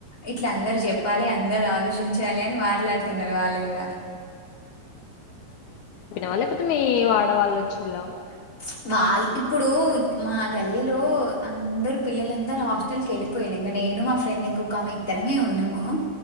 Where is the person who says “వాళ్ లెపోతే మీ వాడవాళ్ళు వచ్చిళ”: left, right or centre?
Left